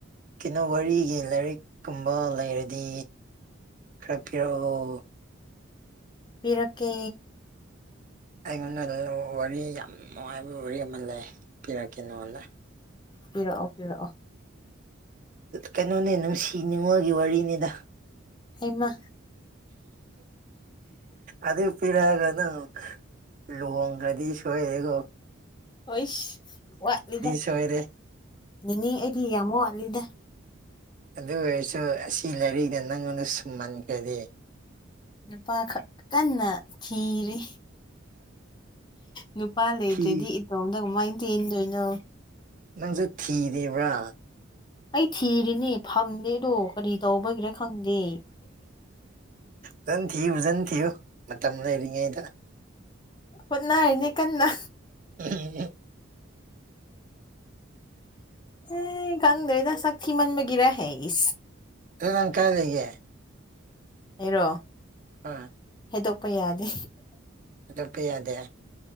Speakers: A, on the right (about 40°); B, on the left (about 20°).
A: ꯀꯩꯅꯣ ꯋꯥꯔꯤꯒꯤ ꯂꯥꯏꯔꯤꯛꯀꯨꯝꯕ ꯂꯩꯔꯗꯤ ꯈ ꯑꯣ
B: ꯄꯤꯔꯛꯀꯦ
A: ꯑꯩꯉꯣꯟꯗ ꯋꯥꯔꯤ ꯌꯥꯝ ꯅꯨꯡꯉꯥꯏꯕ ꯋꯥꯔꯤ ꯑꯃ ꯂꯩ ꯄꯤꯔꯛꯀꯦ ꯅꯉꯣꯟꯗ
B: ꯄꯤꯔꯛꯑꯣ ꯄꯤꯔꯛꯑꯣ
A: ꯀꯩꯅꯣꯅꯦ ꯅꯨꯡꯁꯤꯅꯤꯡꯉꯒꯤ ꯋꯥꯔꯤꯅꯤꯗ
B: ꯍꯃ
A: ꯑꯗ ꯄꯤ ꯍꯥꯏꯒ ꯑ ꯂꯍꯣꯡꯒꯥꯗꯤ ꯁꯣꯏꯂꯩꯒꯣ
B: ꯍꯣꯏ ꯋꯥꯠꯂꯤꯗ
A: ꯁꯣꯏꯔꯦ
B: ꯅꯅꯤ ꯑꯩꯗꯤ ꯌꯥꯝ ꯋꯥꯠꯂꯤꯗ
A: ꯑꯗꯨ ꯑꯣꯏꯔꯁꯨ ꯑꯁꯤ ꯂꯥꯏꯔꯤꯛꯗ ꯅꯪꯉꯣꯟꯗ ꯁꯨꯝꯃꯟꯈ꯭ꯔꯗꯤ
B: ꯅꯨꯄꯥꯈꯛ ꯀꯟꯅ ꯊꯤꯔꯤ ꯅꯨꯄꯥ ꯂꯩꯇ꯭ꯔꯗꯤ
A: ꯊꯤ
B: ꯏꯇꯣꯝꯗ ꯀꯃꯥꯏꯅ ꯇꯦꯟꯗꯣꯏꯅꯣ
A: ꯃꯁꯦ ꯊꯤꯗꯦꯕ꯭ꯔꯥ
B: ꯑꯩ ꯊꯤꯔꯤꯅꯦ ꯐꯪꯗꯦꯗꯣ ꯀꯔꯤ ꯇꯧꯕꯒꯤꯔꯦ ꯈꯪꯗꯦ
A: ꯐꯟ ꯊꯤ ꯖꯟ ꯊꯨ ꯃꯔꯤꯉꯦ
B: ꯍꯅꯥꯅꯦ ꯀꯟꯅ
A: ꯑ
B: ꯎ ꯀꯪꯗꯦꯗ ꯁꯛꯀꯤ ꯃꯟ ꯃꯒꯔ ꯍꯥꯏ ꯏ
A: ꯪ ꯀꯥꯏ ꯂꯩꯒꯦ
B: ꯑꯦꯔꯣ
A: ꯑ
B: ꯍꯥꯏꯩꯗꯣꯛꯄ ꯌꯥꯗꯦ
A: ꯔꯄ ꯌꯥꯗꯦ